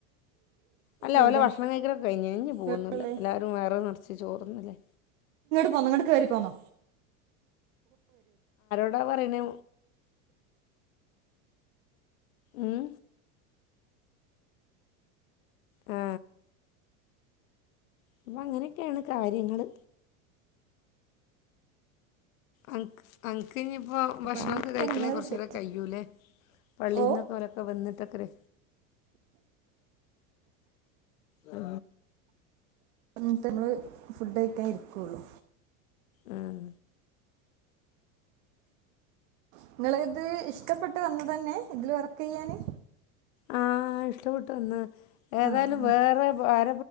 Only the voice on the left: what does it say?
അല്ല
ഓലെ ഭക്ഷണം കഴിക്കലൊക്കെ കഴിഞ്ഞ് ഇഞ്ഞ് പോവൊന്നുല്ല
എല്ലാരും വയറ് നെറച്ച് ചോറ്ന്ന്ണ്
എത്താ പറിനു ഉം? ആ അപ്പൊ അങ്ങനെയൊക്കെയാണ് കാര്യങ്ങള് അൻക് അൻക് ഇഞ്ഞ് പ്പോ
ഭക്ഷണോക്കെ
കഴിക്കണെ
കൊറച്ചോക്കെ
കയ്യൂലേ പള്ളീന്നോക്കൊലൊക്കെ
വന്നിട്ടോക്കരെ ആ
ഉം
ആ ഇഷ്ടപ്പെട്ട് വന്നതാ ഏതായാലും
വേറെ ഭാര